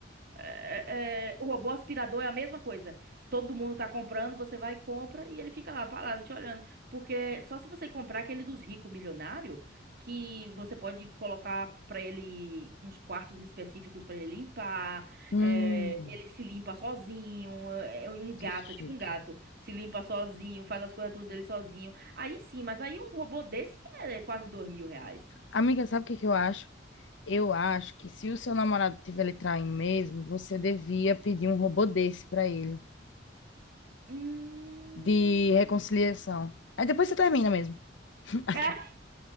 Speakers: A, on the right; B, on the left.
A: É- é- o robô aspirador é a mesma coisa. Todo mundo tá comprando, você vai e compra e ele fica lá parado te olhando. Porque só se você comprar aquele dos ricos milionário, que você pode colocar pra ele uns quartos específicos pra ele limpar,
B: Hum.
A: é, ele se limpa sozinho, é, um gato,
B: Que chique.
A: é tipo um gato, se limpa sozinho, faz as coisas tudo dele sozinho. Aí sim, mas aí um robô desse é quase dois mil reais.
B: Amiga, sabe o que que eu acho? Eu acho que se o seu namorado tiver lhe traindo mesmo, você devia pedir um robô desse pra ele,
A: Hum...
B: de reconciliação. Aí depois você termina mesmo. <laughs>
A: <laughs>